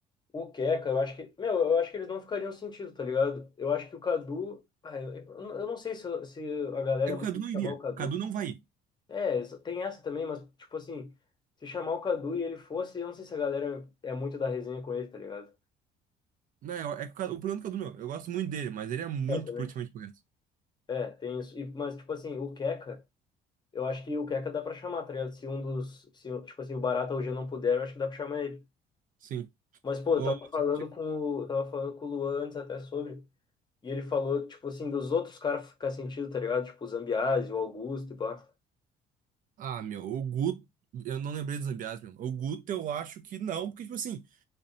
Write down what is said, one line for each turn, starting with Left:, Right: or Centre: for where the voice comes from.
Left: o keka eu acho que, meu, eu acho que eles não ficariam sentido, tá ligado? Eu acho que o Cadu, ah, eu, eu eu não sei se, eu- se a galera
Right: É que
Left: é
Right: o
Left: muito
Right: Cadu não
Left: de
Right: iria.
Left: chamar o Cadu.
Right: O Cadu não vai ir.
Left: É, ex- tem essa também, mas, tipo assim, se chamar o Cadu e ele fosse, eu não sei se a galera é muito da resenha com ele, tá ligado?
Right: Não, eu- é que o, Cadu- o problema do Cadu, meu. Eu gosto muito dele, mas ele é muito
Left: Eu também.
Right: politicamente correto.
Left: É, tem isso. E, mas, tipo assim, o keka Eu acho que o Keka dá pra chamar, tá ligado? Se um dos. Se, um, tipo assim, o Barata hoje não puder, eu acho que dá pra chamar ele.
Right: Sim.
Left: Mas, pô,
Right: Ô,
Left: eu tava falando
Right: ti-
Left: com, o- eu tava falando com o Luan antes até sobre. E ele falou, tipo assim, dos outros caras ficar sentido, tá ligado? Tipo, o Zambiase, o Augusto e pá.
Right: ah, meu, o Guto. Eu não lembrei dos Zambiás, meu. O Guto eu acho que não, porque, tipo assim.